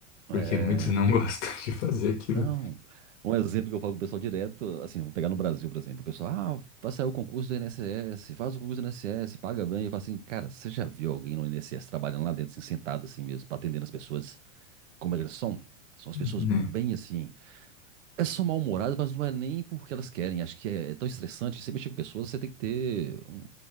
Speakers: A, on the right (about 85°); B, on the left (about 75°).
A: É,
B: porque muitos não <laughs> gostam de fazer aquilo.
A: não. Um exemplo que eu falo pro pessoal direto, assim, vamos pegar no Brasil, por exemplo, o pessoal, ah, vai sair o concurso do INSS, faz o concurso do INSS, paga bem. Eu falo assim, cara, você já viu alguém no INSS trabalhando lá dentro, assim, sentado assim mesmo, pra atendendo as pessoas como elas são? São as
B: Uhum,
A: pessoas bem
B: né?
A: assim, Elas são mal-humoradas, mas não é nem porque elas querem. Acho que é tão estressante. Você mexer com pessoas, você tem que ter um,